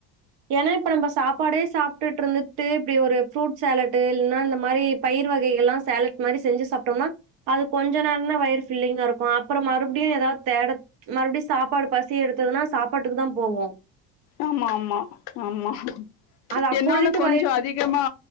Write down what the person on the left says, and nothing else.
ஆமா ஆமா ஆமா
என்னால கொஞ்சோ
அதி கமா